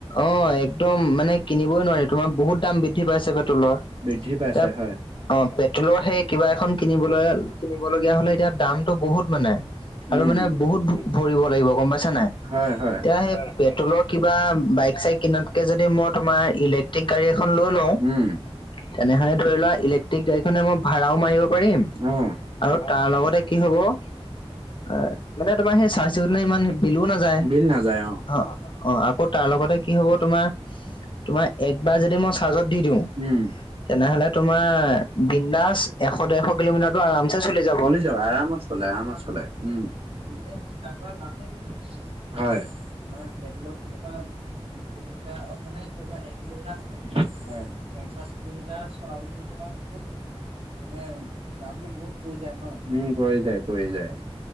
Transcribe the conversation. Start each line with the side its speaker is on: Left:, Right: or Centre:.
Left: অ', একদম মানে কিনিবই নোৱাৰি, তোমাৰ বহুত দাম বৃদ্ধি পাইছে পেট্ৰলৰ।
Right: বৃদ্ধি পাইছে
Left: এতিয়া
Right: হয়।
Left: অ', পেট্ৰলৰ সেই কিবা এখন কিনিবলৈ, কিনিবলগীয়া হ'লে এতিয়া দামতটো বহুত মানে! আৰু
Right: উম
Left: মানে বহুত ভৰিব লাগিব গম পাইছা নাই?
Right: হয় হয়।
Left: এতিয়া, সেই পেট্ৰলৰ কিবা বাইক চাইক কিনাতকে যদি মই তোমাৰ ইলেক টিক গাড়ী এখন লৈ লওঁ
Right: উম
Left: তেনেহ'লে ধৰি লোৱা, ইলেক্ট্ৰিক গাড়ীখনে মই ভাড়াও মাৰিব পাৰিম
Right: অ
Left: আৰু তাৰ লগতে কি হ'ব অ', মানে তোমাৰ সেই চাৰ্জ দিওঁতে ইমান বিলও নাযায়
Right: বিল নাযায়
Left: অ'। অ', আকৌ তাৰ লগতে কি হ'ব তোমাৰ, তোমাৰ একবাৰ যদি মই চাৰ্জত দি দিওঁ
Right: উম।
Left: তেনেহ'লে তোমাৰ বিন্দাস এশ দেৰশ কিলোমিটাৰটো আৰামছে চলি যাব।
Right: আৰামত লে আমাৰ চ'লে উম। হয়, তোমাৰ পেট্ৰলটো তোমাৰ কিলোমিটাৰত <unintelligible> <inaudible> মানে দামটো বহুত পৰি যায় ন, উম, পৰি যায় পৰি যায়।